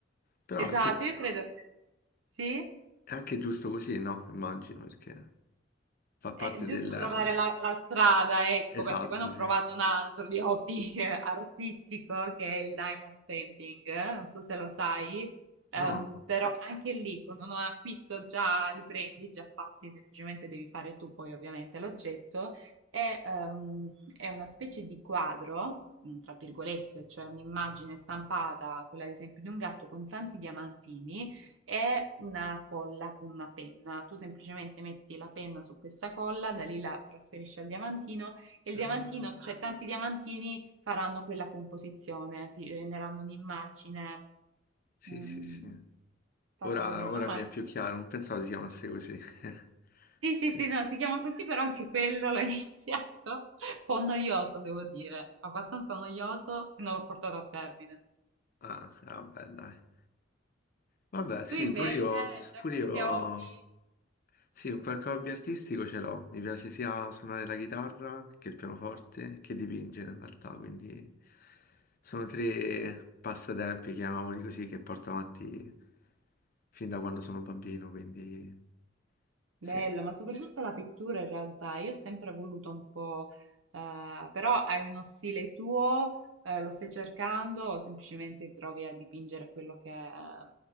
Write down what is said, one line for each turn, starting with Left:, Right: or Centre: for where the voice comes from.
Left: Però
Right: Esatto,
Left: anche,
Right: io credo... Sì?
Left: è anche giusto così, no? Immagino, perché fa
Right: È
Left: parte
Right: giusto
Left: del...
Right: trovare la, la strada, ecco,
Left: Esatto,
Right: perché poi ne ho
Left: sì.
Right: provato un altro di hobby <laughs> eh, artistico che è il diamond painting, eh, non so se lo sai, ehm,
Left: No?
Right: però anche lì con un acquisto già li prendi, già fatti, semplicemente devi fare tu poi ovviamente l'oggetto, e, ehm, è una specie di quadro, mm, tra virgolette, cioè un'immagine stampata, quella ad esempio di un gatto con tanti diamantini è una colla con una penna. Tu semplicemente metti la penna su questa colla, da lì la trasferisci al diamantino e il
Left: Ah,
Right: diamantino, cioè tanti diamantini faranno quella composizione, ti renderanno un'immagine
Left: sì,
Right: mm,
Left: sì, sì.
Right: fatta
Left: Ora,
Right: con i diamanti.
Left: ora
Right: Ah, ma
Left: mi è più chiaro, non pensavo si chiamasse così. <laughs>
Right: sì, sì,
Left: Sì,
Right: sì,
Left: sì.
Right: no, si chiama così, però anche quello l'ho iniziato. <laughs> Un po' noioso, devo dire, abbastanza noioso e non l'ho portato a termine.
Left: Ah, ah, vabbè, dai. Vabbè, sì,
Right: Tu invece
Left: pure io,
Right: hai già
Left: pure
Right: qualche
Left: io,
Right: hobby?
Left: sì, un qualche hobby artistico ce l'ho. Mi piace sia suonare la chitarra che il pianoforte, che dipingere in realtà, quindi sono tre passatempi, chiamiamoli così, che porto avanti fin da quando sono bambino, quindi
Right: Bello,
Left: sì.
Right: ma soprattutto la pittura in realtà, io ho sempre voluto un po', eh, però hai uno stile tuo, eh, lo stai cercando o semplicemente ti trovi a dipingere quello che eh,